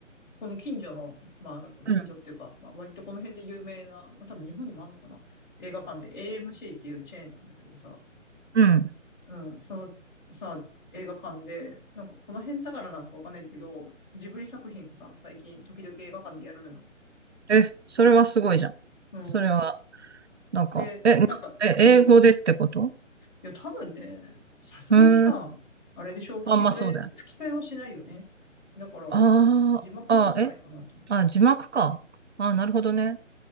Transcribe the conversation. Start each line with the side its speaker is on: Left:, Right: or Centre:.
Left: この近所の、まあなんか近所っていうか、
Right: うん。
Left: まあ割とこの辺で有名な、まあ多分日本にもあるのかな映画館って AMC っていうチェーンなんだけどさ、
Right: うん。うん
Left: うん、そのさ、映画館で、なんかこの辺だからなのかわかんないんだけど、ジブリ作品をさ、最近時々映画館でやるのよ。
Right: え、それはすごいじゃん。
Left: うん。
Right: それは、なんか、
Left: で、
Right: え、
Left: なんか、
Right: なえ、
Left: うん。
Right: 英語でってこと
Left: いや多分ね、さすがにさ、
Right: うん。
Left: あれでしょ吹き替え、
Right: あ、まあそうだよ
Left: 吹き替えはしないよね。だから、
Right: ああ、
Left: 字幕なんじゃないかなと思って。
Right: ああ、え、あ、字幕か。ああ、なるほどね。